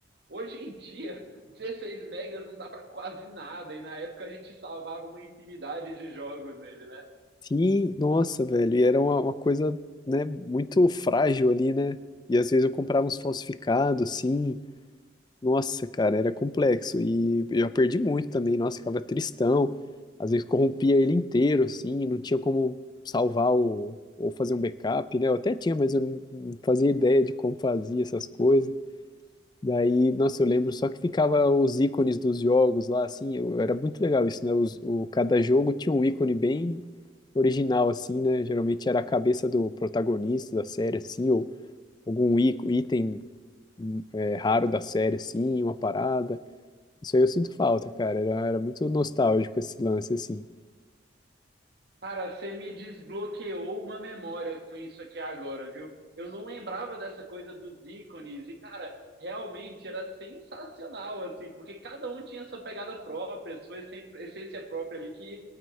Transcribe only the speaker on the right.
Hoje em dia, 16 megas não dá para quase nada, e na época a gente salvava uma infinidade de jogos nele, né?
Cara, você me desbloqueou uma memória com isso aqui agora, viu? Eu não lembrava dessa coisa dos ícones e, cara, realmente era sensacional, assim, porque cada um tinha sua pegada própria, sua essen- essência própria ali que